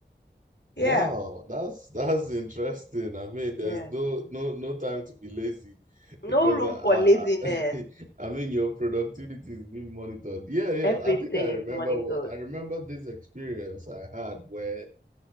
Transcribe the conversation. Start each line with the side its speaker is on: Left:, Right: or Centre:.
Right: wow.
Left: yeah,
Right: That's that's interesting. I mean,
Left: yeah.
Right: there's no no no time to be lazy
Left: No
Right: because
Left: room
Right: I
Left: for laziness.
Right: I, I, <laughs> I mean your productivity is being monitored. Yeah, yeah.
Left: Everything
Right: I think I remember
Left: is monitored.
Right: what I remember this experience I had where